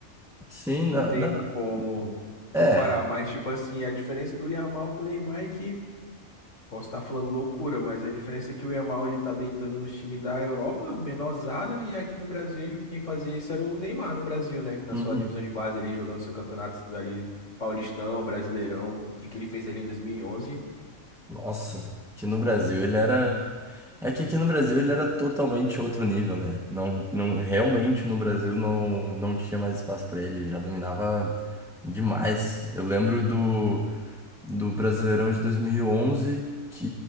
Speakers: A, in the centre; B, on the left (about 70°).
A: Sim,
B: não
A: não,
B: tem
A: não.
B: como
A: É.
B: comparar. Mas, tipo assim, a diferença do Yamal pro Neymar é que. Posso estar falando loucura, mas a diferença é que o Yamal ele tá deitando no time da Europa, menorzada, e aqui no Brasil ele, quem fazia isso era o Neymar no Brasil, né? Na
A: Uhum.
B: sua divisão de base ali, jogando seu campeonato ali, Paulistão, Brasileirão, o que que ele fez ali em 2011?
A: Nossa, que no Brasil ele era. É que aqui no Brasil ele era totalmente outro nível, né? Não, não, realmente no Brasil não, não tinha mais espaço pra ele, ele já dominava demais. Eu lembro do do Brasileirão de 2011, que